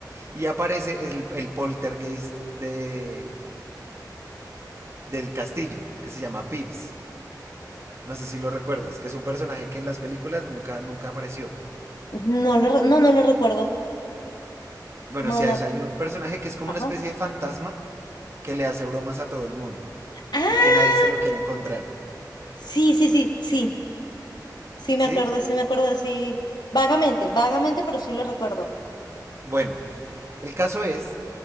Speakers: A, on the right; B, on the left.
A: Y aparece el, el poltergeist de, del castillo, que se llama Pips. No sé si lo recuerdas, que es un personaje que en las películas nunca, nunca apareció.
B: No lo, re- no, no lo recuerdo.
A: Bueno,
B: No,
A: sí,
B: no.
A: hay un personaje que es como
B: Ajá.
A: una especie de fantasma que le hace bromas a todo el mundo
B: Ah,
A: y que nadie se lo quiere encontrar.
B: sí, sí, sí, sí. Sí
A: ¿Sí?
B: me acuerdo, sí me acuerdo, sí. Vagamente, vagamente, pero sí lo recuerdo.
A: Bueno, el caso es